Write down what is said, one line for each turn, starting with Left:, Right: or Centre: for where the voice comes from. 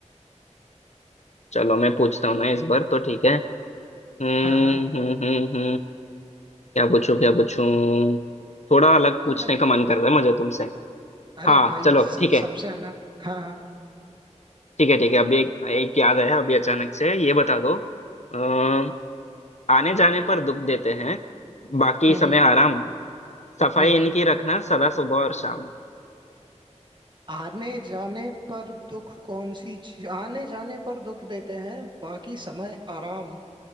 Left: चलो मैं पूछता हूँ ना इस बार तो ठीक है हम्म
Right: हाँ हाँ
Left: हम्म हम्म हम्म क्या पूछूं क्या पूछूं थोड़ा अलग
Right: कुछ
Left: पूछने का मन कर रहा है मुझे तुमसे
Right: अरे
Left: हाँ
Right: भाई
Left: चलो
Right: स-
Left: ठीक है
Right: सबसे अलग हाँ हाँ
Left: ठीक है ठीक है अभी एक एक याद आया अभी अचानक से ये बता दो अम, आने जाने पर दुख देते हैं बाकी
Right: हम्म
Left: समय
Right: हम्म
Left: आराम सफाई
Right: हम्म, हम्म,
Left: इनकी रखना सदा सुबह और शाम
Right: आने जाने पर दुख कौन सी चीज आने जाने पर दुख देते हैं बाकी समय आराम